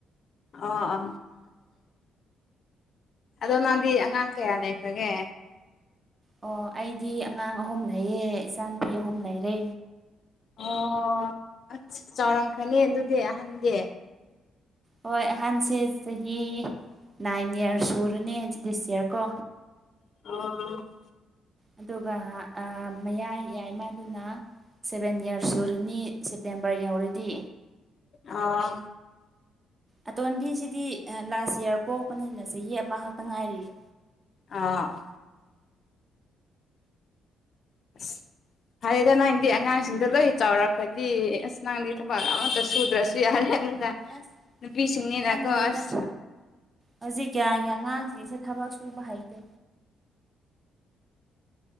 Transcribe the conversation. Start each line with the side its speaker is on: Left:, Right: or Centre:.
Left: ꯑꯣ ꯑꯥ ꯑꯗꯣ ꯅꯪꯗꯤ ꯑꯉꯥꯡ ꯀꯌꯥ ꯂꯩꯈ꯭ꯔꯒꯦ
Right: ꯑꯣ ꯑꯩꯗꯤ ꯑꯉꯥꯡ ꯑꯍꯨꯝ ꯂꯩꯌꯦ ꯏꯆꯥꯅꯨꯄꯤ ꯑꯍꯨꯝ ꯂꯩꯔꯦ
Left: ꯑꯣ ꯆꯥꯎꯔꯝꯈꯅꯤ ꯑꯗꯨꯗꯤ ꯑꯍꯟꯗꯤ
Right: ꯍꯣꯏ ꯑꯍꯥꯟꯕꯁꯦ ꯆꯍꯤ ꯅꯥꯏꯟ ꯏꯌꯥꫪꯁ ꯁꯨ ꯗꯨꯅꯦ ꯗꯤꯁ ꯏꯌꯥꫪ ꯀꯣ
Left: <unintelligible>
Right: ꯑꯗꯨꯒ ꯃꯌꯥꯏ ꯌꯥꯏꯃꯗꯨꯅ ꯁꯚꯦꯟ ꯏꯌꯥꫪꯁ ꯁꯨꯨꯔꯅꯤ ꯁꯦꯞꯇꯦꯝꯕꫪ ꯌꯧꯔꯗꯤ
Left: ꯑꫭ
Right: ꯑꯇꯣꯟꯕꯤꯁꯤꯗꯤ ꯑ ꯂꯥꯁ ꯏꯌꯥꫪ ꯄꯣꯛꯄꯅꯦꯅ ꯆꯍꯤ ꯑꯃꯈꯛꯇ ꯉꯥꯏꯔꯤꯌꯦ
Left: ꯑꯥ <inaudible> ꯐꯔꯦꯗ ꯅꯪꯗꯤ ꯑꯉꯥꯡꯁꯤꯡꯗ ꯂꯣꯏ ꯆꯥꯎꯔꯛꯈ꯭ꯔꯗꯤ ꯑꯁ ꯅꯪꯗꯤ ꯊꯕꯛ ꯑꯃꯇ ꯁꯨꯗ꯭ꯔꯁꯨ ꯌꯥꯔꯦ ꯑꯃꯨꯛꯀ
Right: ꯑꯁ
Left: ꯅꯨꯄꯤꯁꯤꯡꯅꯤꯅ
Right: ꯈꯪꯗꯦꯗ
Left: ꯀꫭ ꯑꯁ
Right: ꯍꯧꯖꯤꯛ ꯒꯥꯟꯒꯤ ꯑꯉꯥꯡꯁꯤꯡꯁꯦ ꯊꯕꯛ ꯁꯨꯕ ꯍꯩꯇꯦ